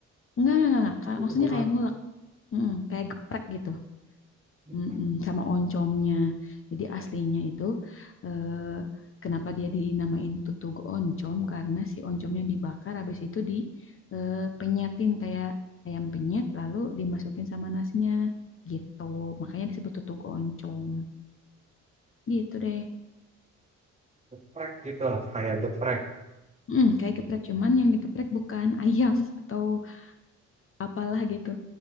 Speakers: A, on the left; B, on the right.
A: enggak enggak enggak, enggak. Kayak-
B: Aku
A: maksudnya
B: malah
A: kayak ngulek, Mm-mm, kayak geprek gitu,
B: hmm,
A: Mm-mm, sama oncomnya. Jadi aslinya itu eh, kenapa dia dinamain tutug oncom karena si oncomnya dibakar, habis itu di eh, penyetin kayak ayam penyet, lalu dimasukin sama nasinya gitu. Makanya disebut tutug oncom gitu deh.
B: geprek gitu, kayak geprek.
A: Mm, kayak geprek cuman yang digeprek bukan ayam atau apalah gitu